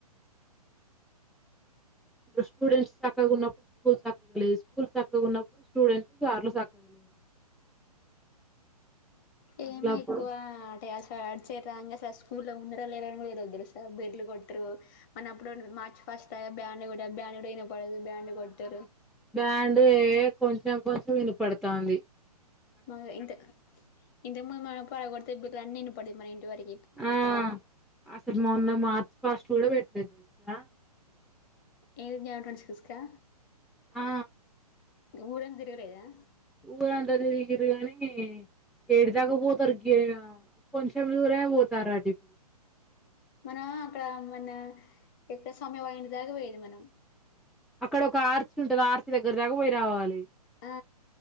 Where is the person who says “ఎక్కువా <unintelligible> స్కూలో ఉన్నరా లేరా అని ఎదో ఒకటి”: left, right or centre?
Left